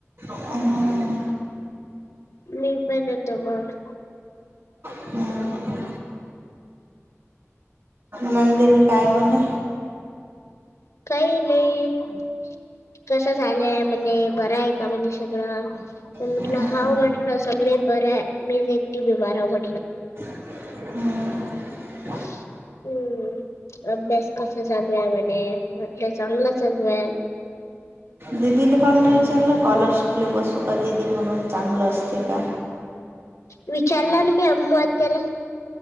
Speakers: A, on the right; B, on the left.
A: हम्म,
B: मी पण येतोय मग.
A: हम्म. नंदिनी काय म्हणे?
B: <unintelligible> पण म्हटलं
A: हम्म,
B: हाव म्हटलं सगळे बरं आहे, मीच एकटी बीमार हाव म्हटलं.
A: हम्म.
B: <unintelligible> <unintelligible>
A: दिदीला कोण नाही विचारलं कॉलरशिपले बसू का दिदी म्हणून चांगलं असते का?
B: विचारला न मी आमु आत्याला.